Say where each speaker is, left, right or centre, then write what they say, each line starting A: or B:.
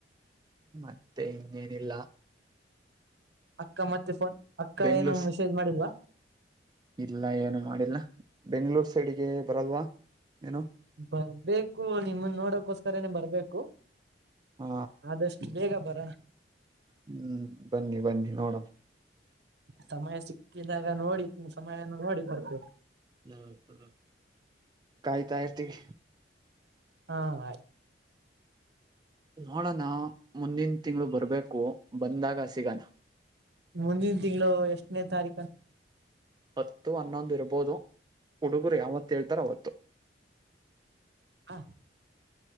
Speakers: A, on the right; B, on the right.
A: ಮತ್ತೆ ಇನ್ನೇನಿಲ್ಲ
B: ಅಕ್ಕ ಮತ್ತೆ ಫೋನ್ ಅಕ್ಕ
A: ಬೆಂಗ್ಳೂರ್
B: ಏನು ಮೆಸೇಜ್ ಮಾಡಿಲ್ವಾ
A: ಇಲ್ಲ ಏನು ಮಾಡಿಲ್ಲ ಬೆಂಗ್ಳೂರ್ ಸೈಡ್ಿಗೆ ಬರಲ್ವಾ ಏನು
B: ಬರ್ಬೇಕು ನಿಮ್ಮನ್ ನೋಡಕೋಸ್ಕರ ಏನ ಬರ್ಬೇಕು
A: ಹ್ಮ
B: ಆದಷ್ಟು ಬೇಗ ಬರ
A: ಹ್ಮ್ ಬನ್ನಿ ಬನ್ನಿ ನೋಡೋಣ
B: ಸಮಯ ಸಿಕ್ಕಿದಾಗ ನೋಡಿ ಸಮಯ ನೋಡಿ ಬರ್ಬೇಕ
A: ಹ್ಮ್ ಹ್ಮ್ ಕಾಯ್ತಾ ಇರ್ತೀವಿ
B: ಹಾ ಆಯ್ತು
A: ನೋಡಣ ಮುಂದಿನ ತಿಂಗಗಳು ಬರ್ಬೇಕು ಬಂದಾಗ ಸಿಗಣ
B: ಮುಂದಿನ ತಿಂಗಳು ಎಷ್ಟನೇ ತಾರೀಕು
A: ಹತ್ತು ಹನ್ನೊಂದು ಇರ್ಬೋದು ಹುಡುಗರು ಯಾವತ್ತ ಹೇಳ್ತಾರ ಅವತ್ತು
B: ಹಾ